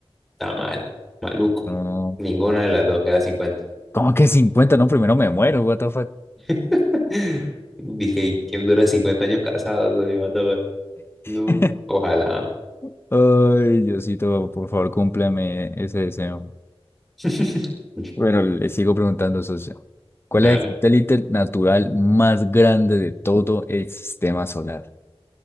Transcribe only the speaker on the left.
No,
¿cómo que cincuenta No, primero me muero, what the fuck.
<laughs>
Ay, Diosito, por favor, cúmpleme ese deseo.
Bueno, le sigo preguntando, socio. ¿Cuál
es el satélite natural más grande de todo el sistema solar?